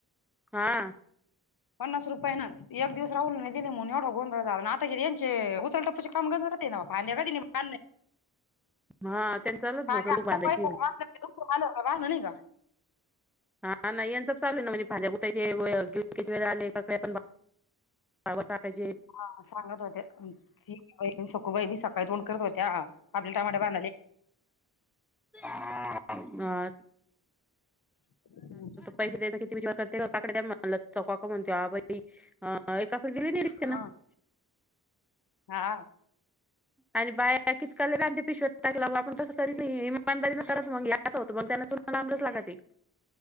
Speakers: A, in the centre; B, on the left.
A: हा.
B: पन्नास रुपय ना एक दिवस राहल नाही दिलेणून एवढ गो झाला आत. यांचे उतरल टप्पूचे काम कर जात ना पा कधी नाही.
A: हा त्यांनी चालूच भाऊ
B: पाणी आता
A: बांधायची
B: पहिलं दुख आलं वाह म्ह नाही का.
A: हा नाही यांच चालू ना म्हणजेज्या कुठाचे वे आले काकडे पण. काम टाकायची.
B: हा सांगत होत्या जी एकदम सखू बाबी सकाळी तोंड करत होत्या आपल्या टमाट्या बा.
A: अहत.
B: हम्.
A: पैसे द्याय किती विचार करते काकड द्या म्ह ल चौ काक म्हणतो ह बाई काकडडे गेली नाही
B: हा
A: ना <unintelligible>
B: हा.
A: आणि बाया कितकाले ते पिशवट टाक लावू आपण तसं करीत इमानदारी करत मग या. असं होतं मग त्याना तुमला लांबलच लागते.